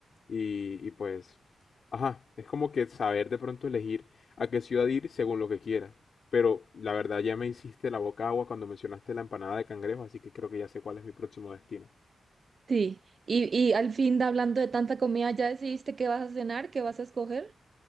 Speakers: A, on the left; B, on the right.
A: Y, y pues Ajá, es como que saber de pronto elegir a qué ciudad ir según lo que quiera. Pero la verdad ya me hiciste la boca agua cuando mencionaste la empanada de cangrejo, así que creo que ya sé cuál es mi próximo destino.
B: Sí. Y, y al fin, de- hablando de tanta comida, ¿ya decidiste qué vas a cenar? ¿Qué vas a escoger?